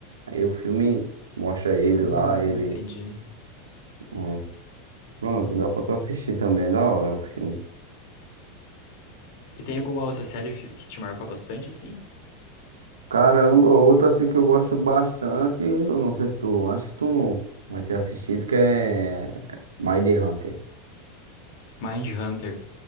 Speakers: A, on the right; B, on the left.
A: Aí o filme mostra ele
B: Ah,
A: lá, ele...
B: entendi.
A: é, Pronto, dá pra tu assistir também, é da hora o filme.
B: E tem alguma outra série fi- que te marcou bastante, assim?
A: Caramba, outra assim que eu gosto bastante, eu não sei se tu, acho que tu não vai ter assistido, que é Mind Hunter.
B: Mind Hunter.